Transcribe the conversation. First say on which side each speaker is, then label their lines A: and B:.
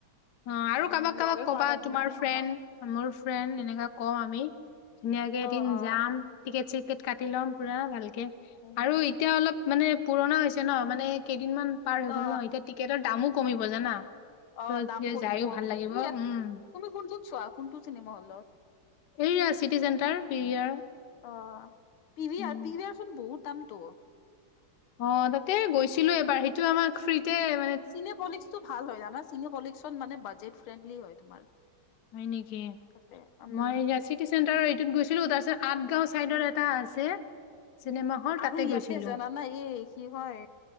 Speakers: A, on the left; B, on the left.
A: অ' আৰু
B: উম
A: কাবাক কাবাক
B: লগে কৰা
A: ক'বা,
B: নাই বহুত
A: তোমাৰ
B: দিন
A: ফ্ৰেণ্ড,
B: হ'ল ন
A: মোৰ ফ্ৰেণ্ড, এনেকা কওঁ আমি। ধুনীয়াকে
B: অ
A: এদিন
B: অ
A: যাম। টিকেট-চিকেট কাটি ল'ম পুৰা ভালকে
B: উম,
A: আৰু এতিয়া অলপ মানে পুৰণা হৈ ছে ন', মানে কেইদিনমান পাৰ হৈ
B: অ
A: গ'ল ন', এতিয়া টিকেটৰ দামো কমিব জানা!
B: অ'
A: ত
B: দাম কমিব।
A: যায়ো ভাল লাগিব
B: এইয়াত
A: উম
B: তুমি কোনটোত চোৱা, কোনটো চিনেমা হলত?
A: এইয়া চিটি চেণ্টাৰ পিভিআৰ
B: অ', পি ভি
A: উম
B: আৰ। পি ভি আৰ চোন বহুত দামতো।
A: অ' তাতে গৈছিলোঁ এবাৰ। সেইটো আমাক ফ্ৰিতে -
B: চিনেপলিক্সটো ভাল হয় জানা? চিনেপলিক্সত মানে বাজেট ফ্ৰেণ্ডলি হয় তোমাৰ।
A: হয় নেকি?
B: তাতে উম
A: মই এইয়া চি টি চেন্টাৰত এইটোত গৈছিলোঁ। তাৰছত আঠগাওঁ ছাইডত এটা আছে চিনেমা হল
B: আৰু
A: তাতে
B: ইয়াতে
A: গৈছিলো
B: জানানা? এই কি হয়,